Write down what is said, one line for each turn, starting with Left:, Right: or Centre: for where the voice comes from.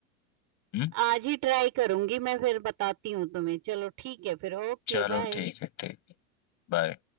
Left: हम्म
Right: आज ही ट्राई करूंगी मैं फिर बताती हूँ तुम्हें चलो ठीक है फिर ओके
Left: चलो
Right: बाय
Left: ठीक है ठीक बाय